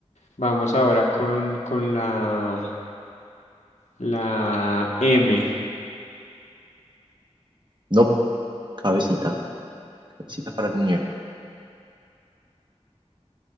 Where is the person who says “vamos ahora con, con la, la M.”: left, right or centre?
Left